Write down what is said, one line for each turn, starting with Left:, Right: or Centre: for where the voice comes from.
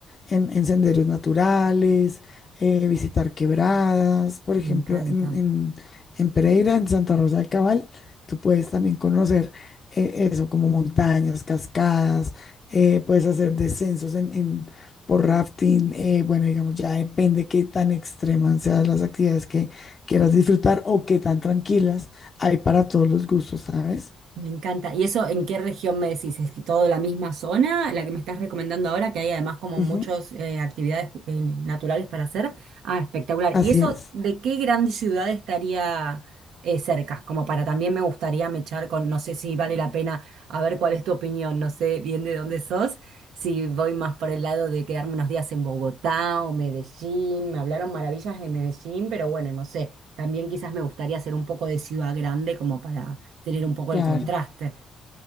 Left: en, en senderos naturales, eh, visitar quebradas, por ejemplo,
Right: Me encanta.
Left: en, en, en Pereira, en Santa Rosa de Cabal. Tú puedes también conocer eh, eso, como montañas, cascadas, eh, puedes hacer descensos en, en- por rafting, eh, bueno, digamos, ya depende qué tan extremas sean las actividades que quieras disfrutar o qué tan tranquilas hay para todos los gustos, ¿sabes?
Right: Me encanta. ¿Y eso en qué región me decís? ¿Es todo la misma zona, la que me estás recomendando ahora, que hay además como
Left: Ujú,
Right: muchas actividades eh, naturales para hacer? Ah, espectacular.
Left: Así
Right: ¿Y eso
Left: es,
Right: de qué gran ciudad estaría eh, cerca? Como para también me gustaría mechar con, no sé si vale la pena, a ver cuál es tu opinión, no sé bien de dónde sos, si voy más por el lado de quedarme unos días en Bogotá o Medellín. Me hablaron maravillas de Medellín, pero bueno, no sé. También quizás me gustaría hacer un poco de ciudad grande como para tener un poco
Left: claro,
Right: el contraste.